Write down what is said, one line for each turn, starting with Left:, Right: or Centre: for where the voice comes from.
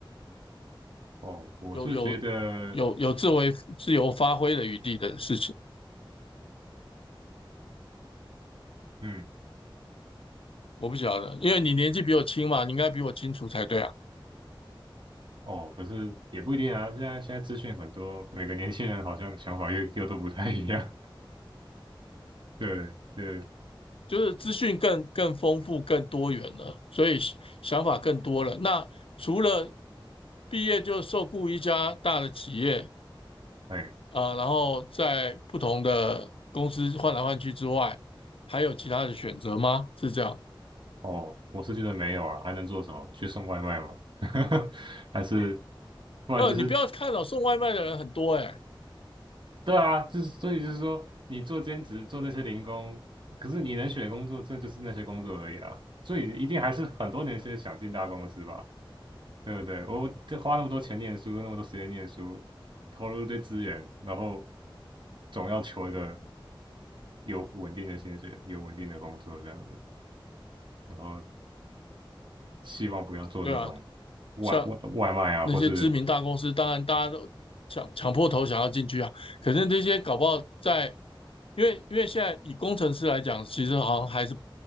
Right: 哦，我是觉得，
Left: 有有有有自为自由发挥的余地的事情，
Right: 嗯，
Left: 我不晓得，因为你年纪比我轻嘛，你应该比我清楚才对啊。
Right: 哦，可是也不一定啊。现在现在资讯很多，每个年轻人好像想法又又都不太一样。<laughs> 对对，
Left: 就是资讯更更丰富、更多元了，所以想法更多了。那除了毕业就受雇一家大的企业，
Right: 哎，
Left: 啊、呃然后在不同的公司换来换去之外，还有其他的选择吗？是这样？
Right: 哦，我是觉得没有啊，还能做什么？去送外卖吗？<laughs> 还是，不然就是，
Left: 呃，你不要看哦，送外卖的人很多哎、
Right: 对啊，就是所以就是说，你做兼职做那些零工，可是你能选的工作，这就是那些工作而已啊。所以一定还是很多年轻人想进大公司吧。对不对？我这花那么多钱念书，那么多时间念书，投入一堆资源，然后总要求一个有稳定的薪水、有稳定的工作这样子，然后希望不要做那种外外外卖啊，
Left: 对啊，像那些知名大公司，
Right: 或是
Left: 当然大家都抢抢破头想要进去啊，可是这些搞不好在，因为因为现在以工程师来讲，其实好像还是